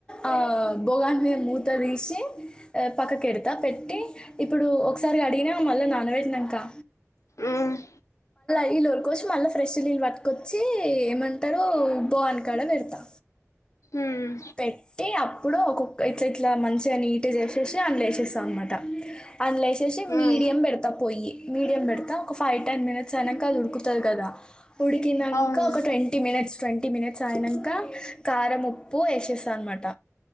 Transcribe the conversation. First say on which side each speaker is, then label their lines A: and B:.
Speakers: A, on the left (about 15°); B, on the left (about 70°).
A: ఆ బొగాని మీద మూత తీసి పక్కకెడతా పెట్టి ఇప్పుడు ఒకసారి అడిగినా మళ్ళ నానబెట్టినమ్కా
B: ఉమ్
A: లీల్ ఉలక్హోష్ మల్లా ప్రష్ నీల్ పట్కొచ్చి ఏమంటారు బానుకాడ పెడతా
B: ఉమ్
A: పెట్టి అప్పుడు ఒక్కో క్ ఇట్లా మంచిగా నీట్ చేసేసి అందులొ వేసేస్తాం అనమాట అందులో వేసేసి మీ
B: ఉమ్
A: యం మీడియం పెడతా పోయి మీడియం పెడతా ఒక ఫైవ్ టెన్ మినిట్స్ ఐనాక అది ఉడుకుతది కదా ఉడికినంక
B: అవును
A: ఒక ట్వంటీ మినిట్స్ ట్వంటీ టీ మినిట్స్ అయినాక కారం ఉప్పు వేసేస్తా అనమాట